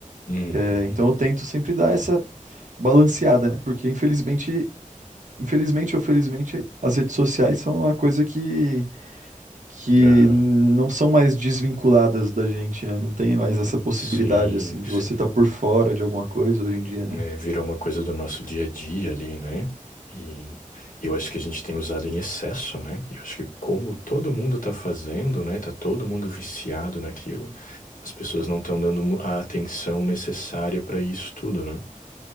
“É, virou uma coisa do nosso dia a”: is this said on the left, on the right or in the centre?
Left